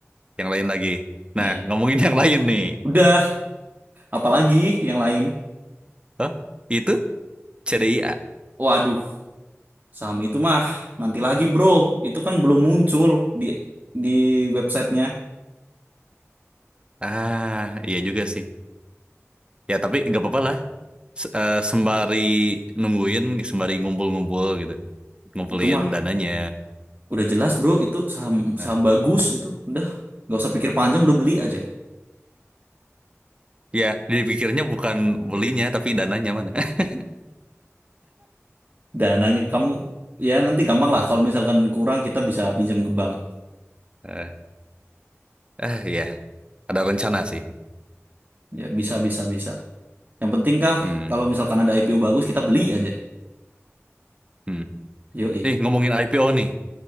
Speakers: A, on the right (about 20°); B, on the right (about 35°).
A: Yang lain lagi.
B: Iya.
A: Nah, ngomongin yang lain nih.
B: Udah, apalagi yang lain?
A: Hah? Itu CDIA.
B: Waduh, saham itu mah nanti lagi bro. Itu kan belum muncul di di websitenya.
A: Ah, iya juga sih. Ya, tapi nggak apa-apa lah. S- eh, sembari nungguin, sembari ngumpul-ngumpul gitu. Ngumpulin
B: Itu mah
A: dananya.
B: udah jelas bro, itu saham
A: Nah,
B: saham bagus itu. Udah, nggak usah pikir panjang, udah beli aja.
A: ya, dipikirnya bukan belinya, tapi dananya mana. <laughs>
B: Dananya kamu ya nanti gampang lah.
A: Hmm.
B: Kalau misalkan kurang kita bisa pinjam ke bank.
A: Ah, ah, ya. Ada rencana sih.
B: Ya bisa bisa bisa. Yang penting kah
A: Hmm.
B: kalau misalkan ada IPO bagus kita beli aja.
A: Hmm.
B: Yoi.
A: Nih, ngomongin IPO nih.